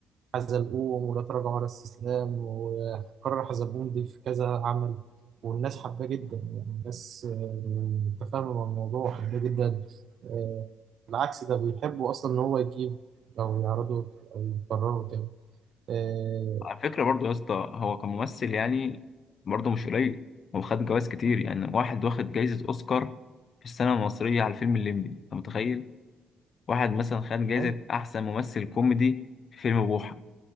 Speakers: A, on the right (about 65°); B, on the left (about 50°).
A: حزلقوم ولا تراجع ولا استسلام وكرر حزلقوم دي في كذا عمل والناس حباه جدا يعني الناس آه، متفاهمة مع الموضوع وحباه جدا آه، بالعكس ده بيحبوا أصلا إن هو يجيب أو يعرضه أو يكرره تاني آه،
B: على فكرة برضو يا اسطى هو كممثل يعني برضو مش قليل هو خد جوائز كتير يعني واحد واخد جايزة أوسكار في السينما المصرية على الفيلم الليمبي أنت متخيل؟ واحد مثلا خد جايزة
A: أيوه
B: أحسن ممثل كوميدي في فيلم بوحة